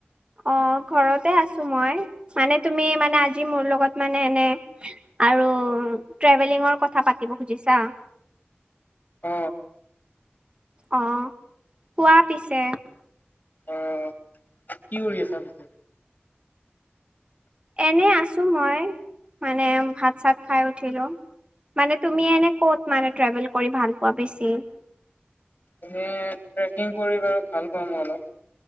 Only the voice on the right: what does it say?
অ ঘৰতে আছো মই মানে তুমি মানে আজি মোৰ লগত মানে এনে আৰু ট্ৰেভেলিঙৰ কথা পাতিব খুজিছা
অ কোৱা পিছে
এনেই আছো মই মানে ভাত চাত খাই উঠিলো মানে তুমি এনে ক'ত মানে ট্ৰেভেল কৰি ভাল পোৱা বেছি